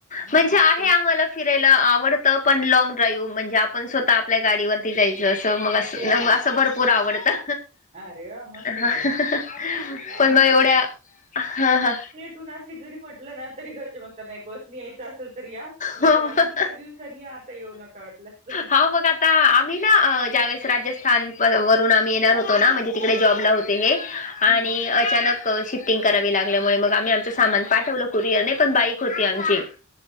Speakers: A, on the right (about 35°); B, on the left (about 35°).
A: हा
B: म्हणजे आहे
A: तेच
B: आम्हाला फिरायला आडतं पण लॉग ड्राईव्ह म्हणजे आपण स्वतः आपल्या गाडीवरती जाय जस मग अस
A: हो हो
B: असं भरपूर आवडतं
A: अरे वा मस्त
B: हं
A: आहे बाबा
B: हं हं
A: आम्ही
B: पण मग एवढ्या? हा हा
A: तू नाशिक जरी म्हटलं ना तरी घरचे म्हणता नाही बस नी यायचं असेल तर या नाहीतर
B: हो
A: आजून चार दिवसांनी आता येऊ नका वाटल्यास तर
B: हा मग आता आम्ही ना ज्यावेळे राजस्थानरून आम्ही येणार होतो ना म्हणजे तिकडे जॉबला होते हे
A: हम्म
B: आणि अचानक शिफ्टिंग करावी लागल्यामुळे मग आम्ही आमचं सामान पाठवलं कुरियरने पण बाईक होती आमची